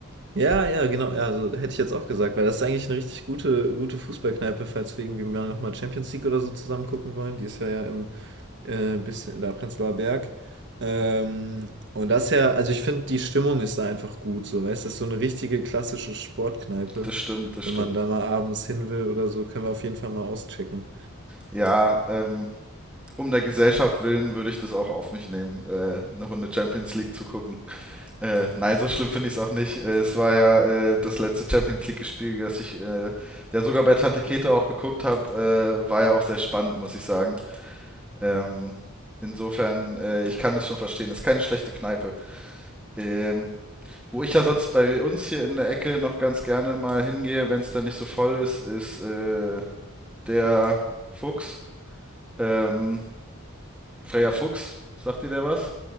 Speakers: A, on the right (about 55°); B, in the centre.
A: Ja, ja, genau. Ja, also hätte ich jetzt auch gesagt, weil das ist eigentlich eine richtig gute, gute Fußballkneipe, falls wir irgendwie mal nochmal Champions League oder so zusammen gucken wollen. Die ist ja, ja im äh, bisschen da Prenzlauer Berg. Ähm, und das ist ja, also ich finde, die Stimmung ist da einfach gut, so, weißt du, das ist so eine richtige klassische Sportkneipe.
B: Das stimmt, das
A: Wenn
B: stimmt.
A: man da mal abends hin will oder so, können wir auf jeden Fall mal auschecken.
B: Ja, ähm, um der Gesellschaft willen würde ich das auch auf mich nehmen, äh, eine Runde Champions League zu gucken. Äh, nein, so schlimm finde ich es auch nicht. Äh, es war ja äh, das letzte Champions League-Spiel, das ich äh, ja sogar bei Tante Käthe auch geguckt habe. Äh, war ja auch sehr spannend, muss ich sagen. Ähm, insofern, äh, ich kann das schon verstehen. Ist keine schlechte Kneipe. Ähm, wo ich ja sonst bei uns hier in der Ecke noch ganz gerne mal hingehe, wenn es dann nicht so voll ist, ist äh, der Fuchs. Ähm, Freya Fuchs, sagt dir der was?